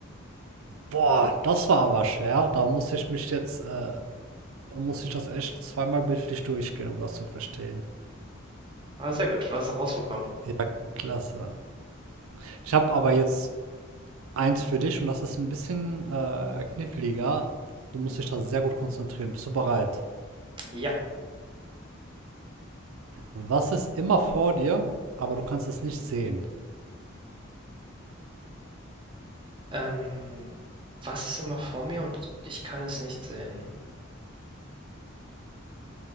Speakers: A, on the right (about 80°); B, on the right (about 25°).
A: Boah, das war aber schwer. Da muss ich mich jetzt... Äh, da muss ich das echt zweimal bildlich durchgehen, um das zu verstehen.
B: Aber sehr gut, du hast es rausbekommen.
A: Ja, klasse. Ich habe aber jetzt eins für dich und das ist ein bisschen äh, kniffliger. Du musst dich da sehr gut konzentrieren. Bist du bereit?
B: Ja.
A: Was ist immer vor dir, aber du kannst es nicht sehen?
B: Ähm, was ist immer vor mir und ich kann es nicht sehen?